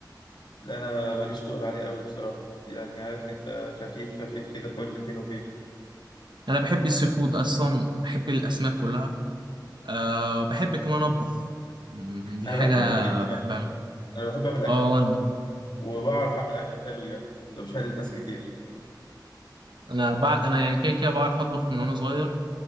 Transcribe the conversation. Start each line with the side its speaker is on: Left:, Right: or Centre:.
Left: لا انا ماليش تقول عليه قوي بصراحه يعني عارف انت خفيف خفيف كده كل فين وفين
Right: انا بحب السي فود اصلا بحب الاسماك كلها أه بحب كمان اطبخ مم، دي
Left: انا
Right: حاجه
Left: بحب اطبخ جدا
Right: بحبها
Left: على فكره انا بحب اعمل اكل
Right: اه وانا
Left: وبعرف اعمل اكل حلو يعني ده مش هادي ناس كتير
Right: انا بع... انا يعني كده كده بعرف اطبخ من وانا صغير